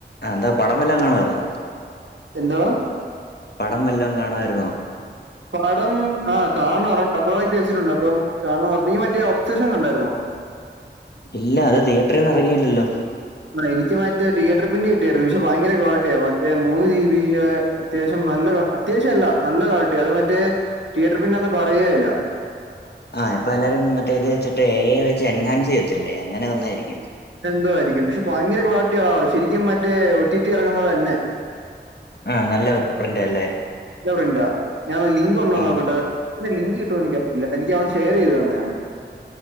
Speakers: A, on the left; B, on the right.
A: എന്താ പടം വല്ലോം കാണുവായിരുന്നോ
B: എന്തോ
A: പടം വല്ലോം കാണുവായിരുന്നോ
B: പടം ആഹ് കാണറണ്ട് അപ്‌ലോഡാക്കി വെച്ചിട്ടുണ്ട് അപ്പം കാണണം നീ മറ്റേ ഒബ്സഷൻ കണ്ടാരുന്നോ
A: ഇല്ല അത് തിയേറ്ററിന്ന് എറങ്ങിയില്ലല്ലോ
B: ആഹ് എനിക്ക് മറ്റേ തിയേറ്റർ പ്രിൻ്റ് കിട്ടിയായിരുന്നു പക്ഷെ ഭയങ്കര ക്വാളിറ്റിയാ മറ്റേ മൂന്ന് ജി ബീടെ അത്യാവശ്യം നല്ല അത്യാവശ്യം അല്ല നല്ല ക്വാളിറ്റിയാ അത് മറ്റേ തിയേറ്റർ പ്രിൻ്റാന്ന് പറയേയില്ല
A: ആഹ് ഇപ്പം എല്ലാരും മറ്റേ ഇത് വെച്ചിട്ട് എ ഐ വെച്ച് എൻഹാൻസ് ചെയ്യത്തില്ലേ അങ്ങനെ വന്നതായിരിക്കും
B: എന്തോവായിരിക്കും പക്ഷെ ഭയങ്കര ക്ലാരിറ്റി ആടാ ശരിക്കും മറ്റേ ഒ റ്റി റ്റി ഇറങ്ങുന്നപോലെതന്നെ
A: ആഹ് നല്ല പ്രിന്റാ അല്ലേ
B: നല്ല പ്രിന്റാ ഞാൻ ആ ലിങ്ക് ഉണ്ടോന്നു
A: ഉം
B: നോക്കട്ടെ ഇതിൻ്റെ ലിങ്ക് കിട്ടോന്ന് എനിക്കറിയത്തില്ല. എനിക്ക് അവൻ ഷെയർ ചെയ്ത് തന്നയാ